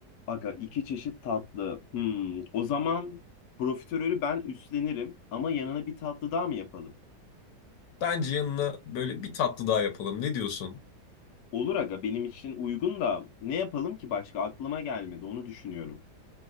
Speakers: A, on the left (about 65°); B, on the left (about 85°).
A: Aga iki çeşit tatlı. Hmm, o zaman profiterolü ben üstlenirim ama yanına bir tatlı daha mı yapalım?
B: Bence yanına böyle bir tatlı daha yapalım. Ne diyorsun?
A: Olur aga benim için uygun da ne yapalım ki başka aklıma gelmedi onu düşünüyorum.